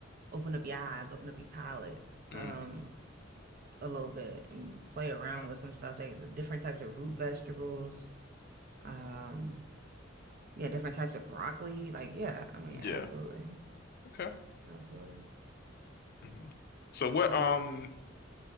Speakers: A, on the right; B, on the left.
A: open up your eyes, open up your palate
B: Mm.
A: um a little bit and play around
B: Okay.
A: with some stuff. They the different types of root vegetables, um yeah, different types of broccoli. Like yeah, I mean
B: Yeah.
A: absolutely.
B: Okay.
A: Absolutely.
B: Mhm. So what
A: So
B: um